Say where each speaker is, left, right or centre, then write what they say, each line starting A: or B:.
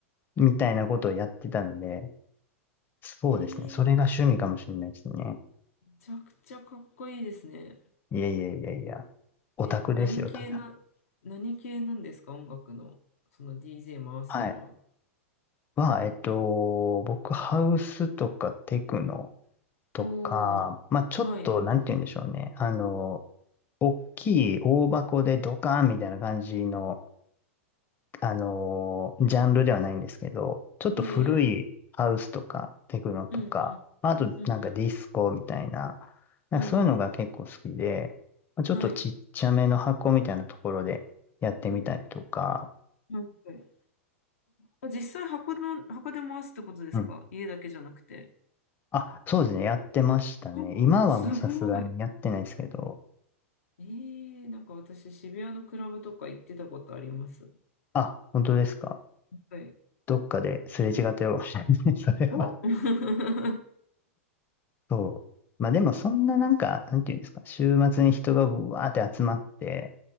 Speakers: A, on the left (about 25°); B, on the left (about 80°).
A: みたいなことをやってたので、そうですね。
B: ええ、
A: それが趣味かもしれないですね。
B: めちゃくちゃかっこいいですね。
A: いやいやいやいや、オタクですよ、
B: え、何系な、
A: ただ。
B: 何系なんですか音楽の、その DJ 回すのは。
A: はい。はえっと、僕、ハウスとかテクノとか、
B: おお
A: まあ、ちょっと、
B: はい。
A: なんて言うんでしょうね。あの、大きい大箱でドカーンみたいな感じのあのージャンルではないんですけど、ちょっと古いハウスとかテクノとか、
B: ええ、うんうん。
A: まあとなんかディスコみたいな、
B: うん
A: なんかそういうのが結構好きで、
B: うん。うん。
A: まあちょっとちっちゃめの箱みたいなところでやってみたりとか、
B: はい。はい。はいあ、実際箱の、箱で回すってことですか家だけじゃなくて。
A: うん。あ、そうですね、やってましたね。
B: あ
A: 今はもうさすがにやってないですけど、
B: すごい。えー、なんか私、渋谷のクラブとか行ってたことあります。
A: あ、本当ですか。
B: はい。
A: どっかですれ違ってるかもしれないですね、<laughs> それは。
B: お <laughs>
A: そう。まあでもそんななんか、なんていうんですか、週末に人がぶわーって集まって、